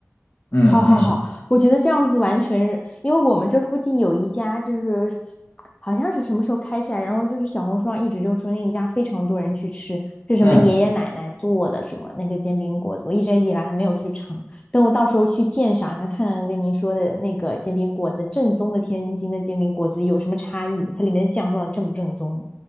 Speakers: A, on the left; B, on the left.
A: 嗯嗯
B: 好好好，我觉得这样子完全是因为我们这附近有一家，就是好像是什么时候开起来，然后就是小红书上一直就说那一家非常多人去吃，是什么爷爷奶奶做的什么那个煎饼果子，
A: 嗯，
B: 我一直以来还没有去尝，等我到时候去鉴赏一下，看看跟您说的那个煎饼果子正宗的天津的煎饼果子有什么差异，它里面的酱放的正不正宗。